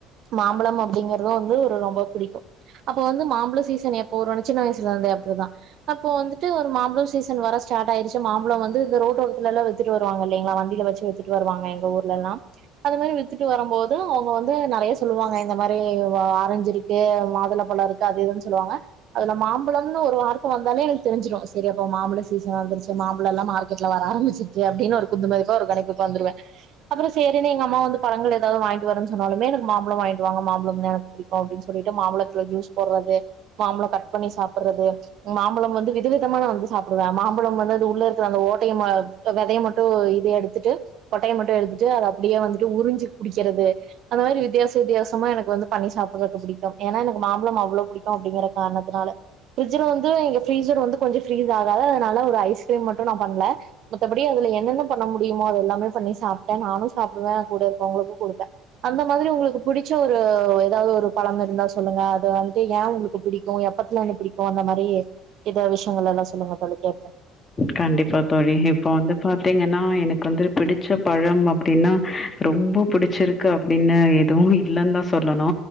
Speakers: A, on the right; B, on the left.
A: மாம்பழம் அப்டிங்கறது வந்து ஒரு ரொம்ப புடிக்கும் அப்ப வந்து மாம்பழ சீசன் எப்ப வரும்னு சின்ன வயசுல இருந்தே அப்டிதா அப்போ வந்துட்டு ஒரு மாம்பழோ சீசன் வர ஸ்டார்ட் ஆயிடுச்சு மாம்ழோ வந்து இந்த ரோட்டோரத்துல எல்லா வித்துட்டு வருவாங்க இல்லிங்ளா வண்டில வச்சு வித்துட்டு வருவாங்க எங்க ஊர்லலாம் அந்த மாரி வித்துட்டு வரம் போதும் அவுங்க வந் இது நறைய சொல்லுவாங்க இந்த மாரி வா ஆரஞ்சுருக்கு மாதுளப்பழோ இருக்கு அது இதுன் சொல்லுவாங்க அதுல மாம்பழோனு ஒரு வார்த்த ப்ப வந்தாலே எனக்கு தெரிஞ்சிரும் சரி அப்போ மாம்பழ சீசன் வந்துருச்சு மாம்பழம் எல்லா மார்கெட்ல வர ஆரம்பிச்சிருச்சு அப்பிடின்னு ஒரு குத்து மதிப்பா ஒரு கணக்கு வந்துவே அப்பறோ சேரினு எங்க அம்மா வந்து பழங்கள் ஏதாவுது வாங்கிட்டு வரேன் சொன்னாலுமே எனக்கு மாம்பழம் வாங்கிட்டு வாங்க மாம்பழம் தா எனக்கு புடிக்கும் அப்பிடின்னு சொல்லிட்டு மாம்பழத்துல ஜூஸ் போடுறது மாம்பழம் கட் பண்ணி சாப்புறது மாம்பழம் வந்து வித விதமா நா வந்து சாப்புடுவேன் மாம்பழம் வந்து அது உள்ள இருக்க அந்த ஓட்டைய வெதைய மட்டு இது எடுத்துட்டு கொட்டைய மட்டு எடுத்துட்டு அத அப்டியே வந்துட்டு உறிஞ்சு குடிக்கறது அந்த மாரி வித்தியாச வித்தியாசமா எனக் வந்து பண்ணி சாப்புறதுக்கு புடிக்கும் ஏன்னா எனக்கு மாம்பழம் அவ்ளோ புடிக்கும் அப்டிங்கற காரணத்துனால ஃப்ரிட்ஜ்ல வந்து எங்க ஃப்ரீஸர் வந்து கொஞ்ச ஃப்ரீஸ் ஆகாது அதுனால ஒரு ஐஸ்கிரீம் மட்டு நா பண்ணல மத்தபடி அதுல என்னென்ன பண்ண முடியுமோ அது எல்லாமே பண்ணி சாப்டேன் நானு சாப்புடுவேன் கூட இருக்கிறவங்களுக்கு குடுப்பேன் அந்த மாதிரி உங்களுக்கு புடிச்ச ஒரு ஏதாவுது ஒரு பழம் இருந்தா சொல்லுங்க அது வந்து ஏ உங்களுக்கு புடிக்கும் எப்பத்துல இருந்து புடிக்கும் அந்த மாரி இத விஷயங்கள் எல்லா சொல்லுங்க தோழி கேப்போம்
B: கண்டிப்பா தோழி இப்போ வந்து பாத்தீங்கன்னா எனக்கு வந்து பிடிச்ச பழம் அப்டின்னா ரொம்ப புடிச்சிருக்கு அப்டின்னு எதுவு இல்லன் தா சொல்லணு